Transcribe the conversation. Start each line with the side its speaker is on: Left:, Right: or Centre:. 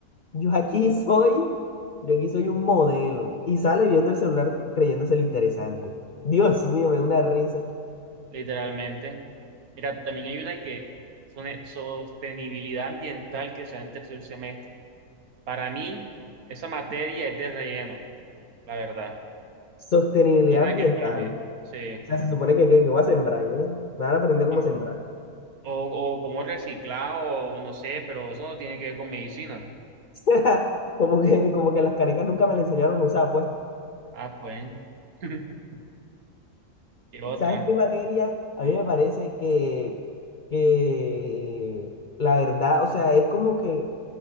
Left: yo aquí soy, yo aquí soy un modelo. Y sale viendo el celular creyéndose el interesante. Dios mío, me da una risa.
Right: Literalmente. Mira, también hay una que es una sostenibilidad ambiental que se da en tercer semestre. Para mí, esa materia es de relleno, la verdad.
Left: Sostenibilidad
Right: Tiene nada
Left: ambiental.
Right: que ver con la medicina.
Left: O
Right: Sí.
Left: sea, se supone que, que, que voy a sembrar, ¿qué? Me van a aprender cómo
Right: Y-
Left: sembrar.
Right: O, o como reciclado, o no sé, pero eso no tiene que ver con medicina.
Left: <laughs> Como que, como que las canecas nunca me la enseñaron a usar, pues.
Right: Ah, pues. <laughs> ¿Qué otra?
Left: ¿Sabes qué materia? A
Right: Ajá.
Left: mí me parece que, que eh, la verdad, o sea, es como que